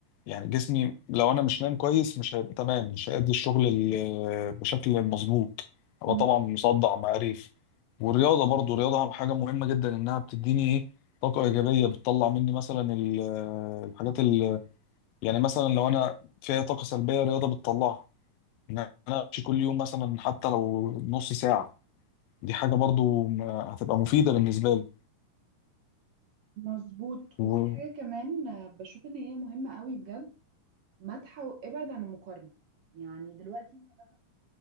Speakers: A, on the left; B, on the right.
A: يعني جسمي لو انا مش نايم كويس مش هيبقى تمام مش هيأدي الشغل ال- آه، بشكل مظبوط هبقى
B: <laughs>
A: طبعا مصدع معرف والرياضه برضو الرياضه حاجه مهمه جدا انها بتديني ايه طاقه ايجابيه بتطلع مني مثلا ال- آه، الحاجات ال يعني مثلا لو انا فيها طاقه سلبيه الرياضه بتطلعها ان انا امشي كل يوم مثلا حتى لو نص ساعه دي حاجة برضو ما- هتبقى مفيدة بالنسبة لي
B: مظبوط
A: و...
B: وفي حاجة كمان آه، بشوف ان هي مهمة قوي بجد مدح وابعد عن المقارنة يعني دلوقتي انت مثلا